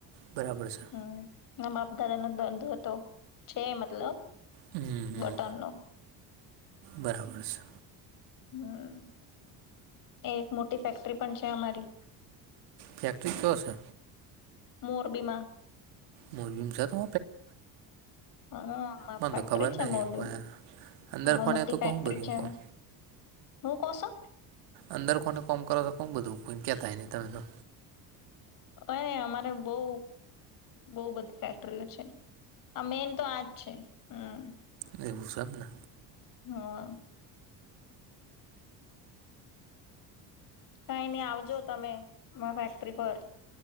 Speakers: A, on the right (about 80°); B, on the left (about 55°).
A: બરાબર છે
B: હમ્મ. મા બાપદાદા નો ધંધો હતો, છે મતલબ
A: હમ હમ
B: બટન નો.
A: બરાબર છે.
B: હમ્મ. એક મોટી ફેક્ટરી પણ છે અમારી.
A: ફેક્ટરી તો છે
B: મોરબીમાં.
A: મોરબીમાં છે તો
B: હા, માર
A: મને
B: ફેક્ટરી
A: તો ખબર
B: છે
A: નહીં
B: મોરબીમ.
A: કોઈ અંદર
B: આમાં
A: ખોને
B: મોટી
A: તો
B: ફેક્ટરી
A: કહું બધું
B: છે.
A: કોમ
B: હું કો છો?
A: અંદર કોને કોમ કરો તો બધું કોઈ ક્યાં થાય નહી તમે તો.
B: અરે અમારે બહુ બહુ બધી ફેક્ટરીઓ છે. આ મેન તો આજ છે હમ્મ.
A: એવું સે એમ ને.
B: હા. કાઈ નહી આવજો તમે માર ફેક્ટરી પર.